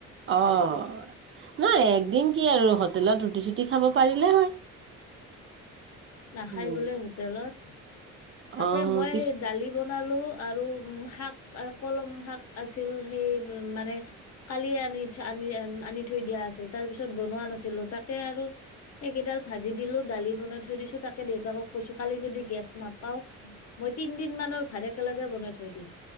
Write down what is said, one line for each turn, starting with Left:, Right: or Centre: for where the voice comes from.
Right: অ', নহয় একদিন কি আৰু হোটেলত ৰুটি চুটি খাব পাৰিলে হয়।
Left: নাখাই
Right: উম
Left: বোলে হোটেলত, তাকে
Right: অ
Left: মই
Right: কিছু
Left: দালি বনালো আৰু শাক, কলম শাক আছিল সেই মানে কালিয়ে আনি, আনি, আনি থৈ দিয়া আছিল তাৰ পিছত বনোৱা নাছিলো তাকে আৰু সেইকেইডাল ভাজি দিলো দালি বনাই যদিয়ো তাকে দেউতাকক কৈছো কালি যদি ইমাৰজেঞ্চি যদি গেছ নাপাওঁ মই তিনদিনমানৰ ভাত একেলগে বনাই থৈ দিম